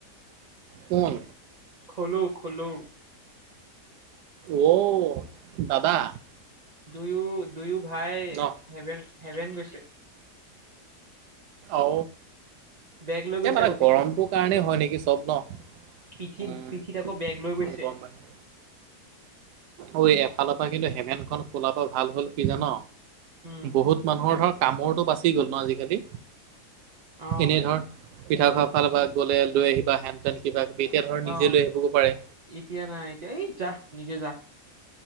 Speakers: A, on the right (about 80°); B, on the right (about 35°).
A: কোন।
B: খোলো খোলো।
A: অ, দাদা।
B: দুয়ো দুয়ো ভাই
A: ন
B: হেভেন, হেভেন গৈছে।
A: অ
B: বেগ লৈ গৈছে
A: এ মানে
B: আকৌ পিঠিত
A: গৰমটো কাৰণেই হয় নেকি চব ন।
B: পিঠিত,
A: উম
B: পিঠিত আকৌ বেগ লৈ গৈছে।
A: গম পাইছো ঐ এফালৰ পৰা কিন্তু হেভেনখন খোলা পা ভাল হ'ল কি জান?
B: উম
A: বহুত মানুহৰ ধৰ কামুৰটো বাচি গ'ল ন আজিকালি।
B: অ
A: এনেধৰ পিঠাখোৱা ফালৰ পৰা গ'লে লৈ আহিবা হেনটেন। কিবা কিবি এতিয়া ধৰ
B: অ
A: নিজে লৈ আহিব পাৰে।
B: এতিয়া নাই এতিয়া এই যা নিজে যা।